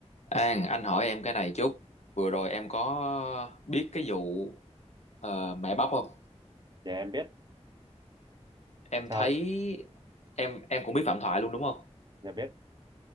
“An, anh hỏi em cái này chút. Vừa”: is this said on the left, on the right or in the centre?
Left